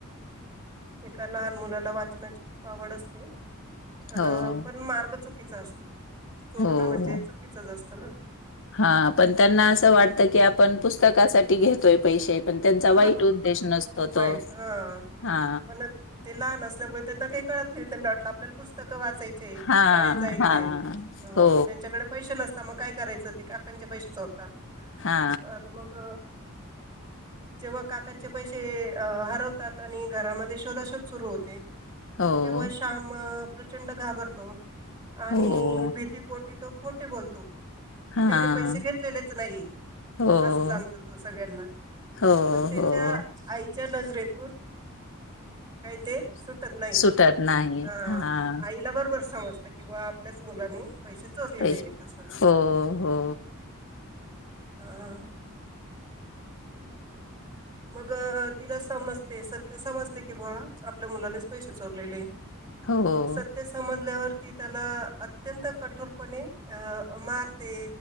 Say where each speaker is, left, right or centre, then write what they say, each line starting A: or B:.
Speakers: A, on the right; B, on the left.
A: एका लहान मुलाला वाचनाची खूप आवड असते, तर
B: हो
A: पण मार्ग चुक चुकीचा असतो, चोरण
B: हो
A: म्हणजे चुकीच जास्त ना.
B: हा पण त्यांना असं वाटत की, आपण पुस्तकासाठी घेतोय पैसे. पण त्यांचा
A: हा
B: वाईट उद्देश नसतो
A: वाईट
B: तो
A: हा.
B: हा
A: पण ते लहान असल्यामुळे त्यांना काही कळत नाही, त्यांना वाटलं आपल्याला पुस्तक वाचायचय
B: हा
A: शाळेत जायचंय
B: हा
A: त्यांच्याकडे
B: हो
A: पैसे नसत मग काय करायचं ते, काकांच्या पैशा चोरतात
B: हा
A: अ मग. जेव्हा काकांचे पैसे हरवतात, आणि घरामध्ये शोधाशोध सुरू होते.
B: हो
A: तेव्हा श्याम प्रचंड घाबरतो, आणि
B: हो
A: भीती पोटी तो. खोटे बोलतो. कि
B: हा
A: त्याने पैसे घेतलेलेच नाही,
B: हो
A: असं सांगतो तो सगळ्यांना.
B: हो
A: पण त्याच्या
B: हो.
A: आईच्या नजरेतून काय ते. सुटत नाही,
B: सुटत
A: कि
B: नाही.
A: अ
B: हां.
A: आईला बरोबर समजत कि बुवा आपल्याच मुलाने पैसे चोरलेले
B: पै
A: आहेत अस.
B: हो हो
A: हा. मग तिला समजते, सत्य समजते, कि बुवा आपल्या मुलानेच पैसे चोरलेले.
B: हो.
A: मग सत्य समजल्यावरती त्याला अत्यंत कठोरपणे अ मारते,